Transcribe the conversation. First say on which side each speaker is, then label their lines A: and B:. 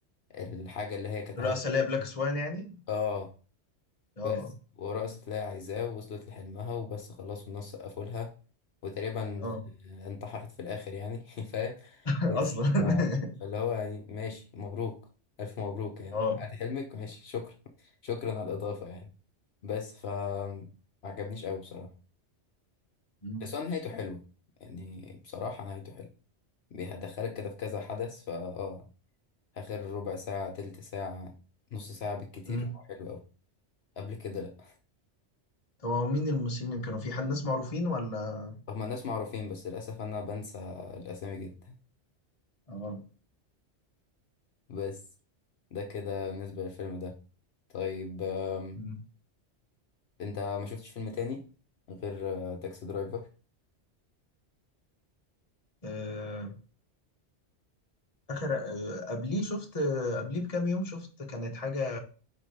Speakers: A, on the left; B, on the left.
A: الحاجة اللي هي كانت
B: الرأس
A: عايزة
B: اللي
A: ترقصها.
B: هي بلاك سوان يعني
A: اه
B: اه
A: بس ورقصت اللي هي عايزاه ووصلت لحلمها وبس خلاص والناس سقفوا لها وتقريبا
B: اه
A: انتحرت في الآخر يعني <laughs> فاهم
B: <laughs>
A: بس
B: اصلا <laughs>
A: ف... فاللي هو يعني ماشي مبروك ألف مبروك يعني
B: اه
A: حققت حلمك ماشي شكرا <laughs> شكرا على الإضافة يعني بس ف ما عجبنيش قوي بصراحة
B: مم.
A: بس هو نهايته حلوة يعني بصراحة نهايته حلوة بيدخلك كده في كذا حدث فا اه آخر ربع ساعة تلت ساعة نص ساعة بالكتير
B: مم.
A: هو حلو أوي قبل كده لأ
B: طب هو مين الممثلين اللي كانوا في حد ناس معروفين ولا
A: هما الناس معروفين بس للأسف أنا بنسى الأسامي جدا
B: اه
A: بس ده كده بالنسبة للفيلم ده طيب آم،
B: مم.
A: أنت ما شفتش فيلم تاني غير آه، تاكسي درايفر؟
B: آه، اخر آه، قبليه شفت آه، قبليه بكام يوم شفت كانت حاجة